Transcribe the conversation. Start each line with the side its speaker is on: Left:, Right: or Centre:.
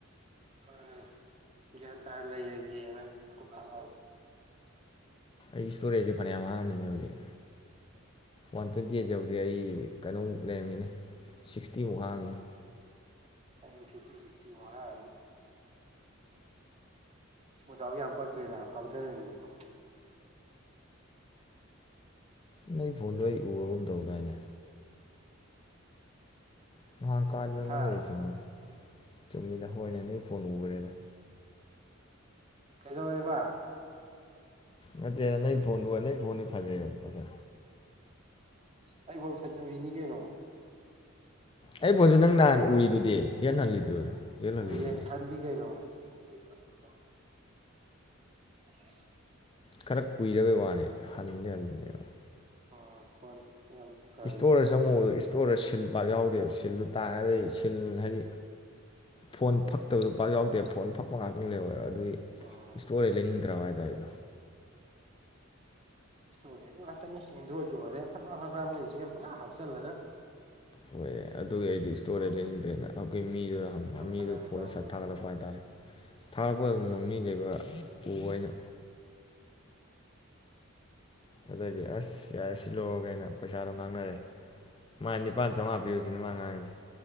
Right: ꯃꯥꯅꯦ ꯒꯌ꯭ꯥꯟ ꯇꯥꯅꯥ ꯂꯩꯔꯒꯦꯟ ꯀꯥꯀꯊꯠꯂꯕ
Left: ꯑꯩ ꯏꯁꯇꯣꯔꯦꯖꯦ ꯐꯅꯌꯥꯝ ꯍꯉꯝꯅꯤ ꯍꯧꯖꯤꯛ ꯋꯥꯟ ꯇꯣꯏꯟꯠꯌ ꯑꯥꯠ ꯌꯧꯗꯤ ꯑꯩ ꯀꯩꯅꯣꯝ ꯂꯩꯔꯝꯃꯤꯅꯦ ꯁꯤꯛꯇꯤꯃꯨꯛ ꯍꯥꯡꯉꯅꯤ
Right: ꯑꯩꯩꯅ ꯐꯤꯐꯇꯤ ꯁꯤꯛꯇꯤꯃꯨꯛ ꯍꯥꯏꯔꯅꯤ ꯄꯗꯥꯥꯎ ꯌꯥꯝ ꯄꯛꯇ꯭ꯔꯤꯅ ꯀꯥꯎꯊꯅꯤꯡꯉꯤꯗꯣ
Left: ꯅꯪ ꯐꯣꯟꯗꯣ ꯑꯩ ꯎꯔꯒꯨꯝ ꯇꯧꯗꯥꯏꯅꯦ <unintelligible> ꯅꯡꯒ ꯑꯩꯒ ꯇꯦꯪꯅꯒꯔ꯭ꯦ
Right: ꯍꯥ
Left: ꯆꯨꯝꯃꯤꯗ ꯍꯣꯏꯅꯦ ꯅꯣꯏ ꯐꯣꯟ ꯎꯈ꯭ꯔꯦꯅꯦ
Right: ꯀꯩꯗꯧ ꯔꯦꯕ
Left: ꯅꯥꯇꯦꯅꯦ ꯅꯩ ꯗꯣꯟꯗꯨ ꯅꯩ ꯕꯣꯠꯅꯤ ꯐꯥꯖꯩ ꯃꯥꯁꯦ
Right: ꯑꯩ ꯒꯣꯜ ꯐꯖꯕꯤꯅꯤ ꯀꯩꯅꯣ
Left: ꯑꯩ ꯒꯣꯜꯁꯨ ꯅꯪ ꯅꯍꯥꯟ ꯎꯔꯤꯗꯨꯗꯤ ꯌꯦꯅ ꯍꯜꯂꯤꯗꯨ ꯌꯦꯂ ꯍꯜꯗꯨꯅꯦ
Right: ꯑꯣꯏꯌꯦ ꯍꯜꯂꯤ <unintelligible> <inaudible>
Left: ꯈꯔ ꯀꯨꯏꯔꯕꯩ ꯋꯥꯅꯤ ꯍꯟꯗꯤꯦ ꯍꯜꯂꯤꯅꯦꯕ
Right: ꯑꯣ ꯐꯣꯟ ꯌꯥꯝ ꯐꯔꯤ
Left: ꯏꯁꯇꯣꯔꯗ ꯆꯪꯉꯨꯕꯗꯨ ꯏꯁꯇꯣꯔꯗ ꯁꯤꯜ ꯄꯥꯛ ꯌꯥꯎꯗꯦꯕ ꯁꯤꯜꯂ ꯇꯥꯒꯗꯤ ꯁꯤꯜ ꯍꯥꯏꯗꯤ ꯐꯣꯟ ꯐꯛꯇꯕꯗꯨ ꯄꯥꯛ ꯌꯥꯎꯗꯦ ꯐꯣꯟ ꯐꯛꯄ ꯉꯥꯛꯇꯪ ꯂꯩꯋꯦꯕ ꯑꯗꯨꯒꯤ
Right: ꯎꯝ
Left: ꯏꯁꯇꯣꯔꯗꯩꯩ ꯂꯩꯅꯤꯡꯗ꯭ꯔꯕ ꯍꯥꯏꯗꯥꯔꯦ ꯏꯇꯥ
Right: ꯏꯁꯇꯣꯔꯦ ꯉꯥꯛꯇꯅꯤ ꯑꯦꯟꯗ꯭ꯔꯣꯏꯗꯀ ꯑꯣꯏꯔꯦ ꯐꯠꯄ꯭ꯔꯥ ꯐꯠꯄ꯭ꯔꯥ ꯃꯣꯏꯅ ꯁꯦꯝꯦ ꯄꯨꯂꯥ ꯍꯥꯞꯆꯤꯜꯂꯒ
Left: ꯍꯣꯏ ꯑꯗꯨꯒꯤ ꯑꯩꯗꯤ ꯏꯁꯇꯣꯔꯗꯩꯩ ꯂꯩꯅꯤꯡꯗ꯭ꯔꯦꯅ <unintelligible> ꯃꯤꯗꯨꯅ ꯍꯡꯕ
Right: ꯊꯕꯛ
Left: ꯃꯤꯗꯨ
Right: ꯌꯥꯝ
Left: ꯐꯣꯟꯗ
Right: ꯇꯧꯋꯦ
Left: ꯁꯠ ꯊꯥꯒꯠꯂꯛꯄ ꯍꯥꯏꯇꯥꯔꯦ ꯊꯥꯔꯛꯄ ꯑꯗꯨꯝ ꯅꯣꯡꯅꯤ ꯂꯩꯕ ꯎꯕ ꯑꯣꯏꯅ ꯑꯗꯨꯗꯤ ꯑꯁ ꯌꯥꯔꯦ ꯁꯤ ꯂꯣꯏꯔꯒꯦꯅ ꯄꯩꯁꯥꯗꯣ ꯉꯥꯡꯅꯔꯦ ꯃꯥꯥꯏ ꯅꯤꯄꯥꯥꯟ ꯆꯥꯃꯉꯥ ꯄꯤꯌꯨꯁꯤ <unintelligible>